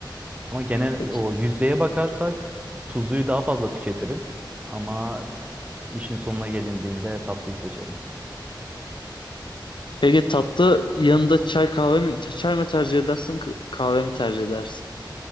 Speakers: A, on the right; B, on the left.
A: Ama genel
B: peki.
A: o yüzdeye bakarsak tuzluyu daha fazla tüketirim. Ama işin sonuna gelindiğinde tatlıyı seçerim.
B: Peki tatlı yanında çay kahve mi çay mı tercih edersin k- kahve mi tercih edersin?